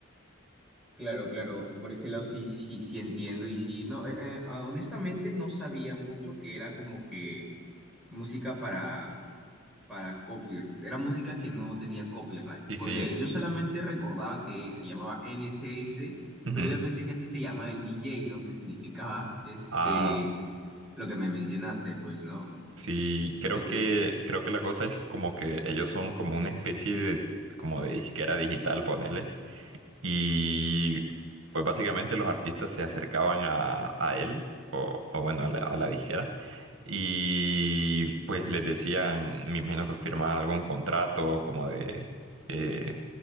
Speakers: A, in the centre; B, on the right.
A: Claro, claro, por ese lado sí, sí, sí entiendo y sí, no, eh, eh, ah, honestamente no sabía mucho que era como que música para, para copyright. Era música que no tenía copyright,
B: Sí,
A: porque
B: sí.
A: yo solamente recordaba que se llamaba N C S
B: ujú.
A: pero yo pensé que así se llamaba el D J ¿no? Que significaba este,
B: Ah,
A: lo que me mencionaste, pues, ¿no?
B: Sí, creo
A: Entonces,
B: que, creo que la cosa es como que ellos son como una especie de, como de disquera digital, ponele. Y pues básicamente los artistas se acercaban a, a él, o, o bueno, a la, a la disquera. Y pues les decían, me imagino que firmaban algún contrato como de, eh,